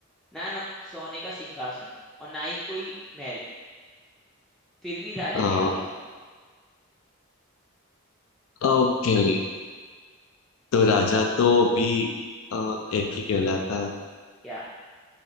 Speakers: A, in the centre; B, on the left.
A: ना, ना सोने का सिंहासन और ना ही कोई महल फिर भी राजा
B: हाँ
A: कहलाता हूँ
B: ओके तो राजा तो अभी अ, एक ही कहलाता है
A: क्या